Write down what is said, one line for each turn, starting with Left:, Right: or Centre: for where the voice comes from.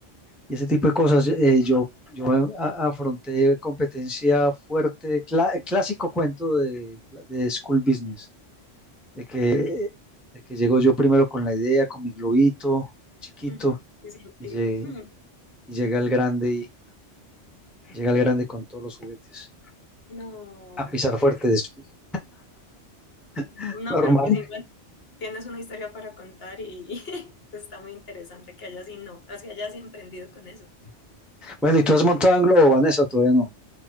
Centre: y ese tipo de cosas. Eh, yo yo a- afronté competencia fuerte, cla- clásico cuento de, de School Business, de que, de que llego yo primero con la idea, con mi globito chiquito,
Left: Ujú, Disruptivo.
Centre: y, lle-
Left: <laughs> Ujú.
Centre: y llega el grande y llega el grande con todos los juguetes.
Left: No,
Centre: A pisar
Left: qué triste.
Centre: fuerte después.
Left: No,
Centre: <laughs> Normal.
Left: pero pues igual tienes una historia para contar y <laughs> está muy interesante que hayas, y no, o que hayas emprendido con eso.
Centre: Bueno, ¿y tú has montado en globo, Vanessa? ¿O Todavía no.